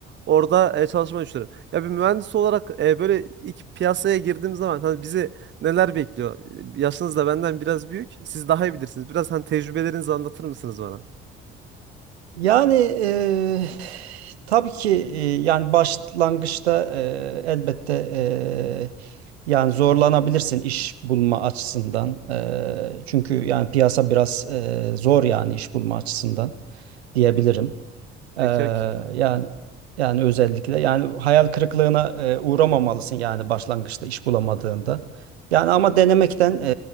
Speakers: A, on the right; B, on the right.
A: orada e, çalışmayı düşünüyorum. Ya bir mühendis olarak e, böyle ilk piyasaya girdiğim zaman hani bizi neler bekliyor? Yaşınız da benden biraz büyük. Siz daha iyi bilirsiniz. Biraz hani tecrübelerinizi anlatır mısınız bana?
B: Yani eee, tabii ki eee, yani başlangıçta eee, elbette eee, yani zorlanabilirsin iş bulma açısından. Eee, çünkü yani piyasa biraz eee, zor yani iş bulma açısından diyebilirim. Ee,
A: E, ke- ke-
B: yani yani özellikle yani hayal kırıklığına e, uğramamalısın yani başlangıçta iş bulamadığında. Yani ama denemekten e,